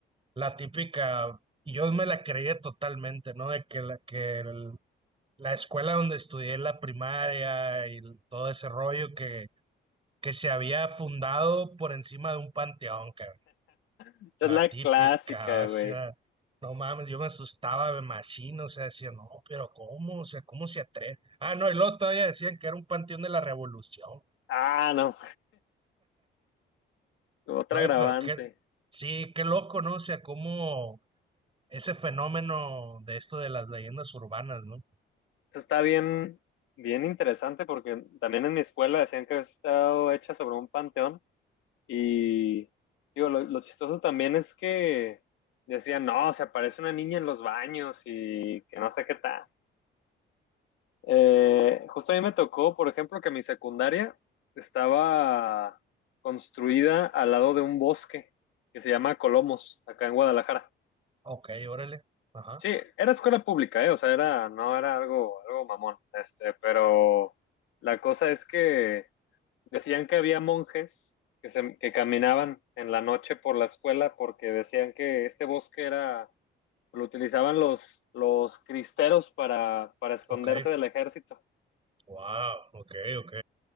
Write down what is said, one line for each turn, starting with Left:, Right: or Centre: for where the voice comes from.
Right: La típica, yo me la creía totalmente, ¿no? De que la, que el- la escuela donde estudié la primaria y el- todo ese rollo que, que se había fundado por encima de un panteón, cabrón.
Left: Esta
Right: La
Left: es la
Right: típica,
Left: clásica,
Right: o
Left: güey.
Right: sea, no mames, yo me asustaba de machino, o sea, decía, no, pero ¿cómo? O sea, ¿cómo se atreve? Ah, no, y luego todavía decían que era un panteón de la Revolución.
Left: Ah, no, otra
Right: Oye,
Left: agravante.
Right: pero qué, sí, qué loco, ¿no? O sea, cómo ese fenómeno de esto de las leyendas urbanas, ¿no?
Left: Eso está bien, bien interesante porque también en mi escuela decían que había estado hecha sobre un panteón y digo, lo, lo chistoso también es que decían, no, se aparece una niña en los baños y que no sé qué tal. Eh, justo a mí me tocó, por ejemplo, que mi secundaria estaba construida al lado de un bosque que se llama Colomos, acá en Guadalajara.
Right: Ok, órale. Ajá.
Left: Sí, era escuela pública, ¿eh? O sea, era, no era algo, algo mamón, este, pero la cosa es que decían que había monjes que, se, que caminaban en la noche por la escuela porque decían que este bosque era, lo utilizaban los, los cristeros para, para esconderse
Right: Ok.
Left: del ejército.
Right: Wow. Ok, ok.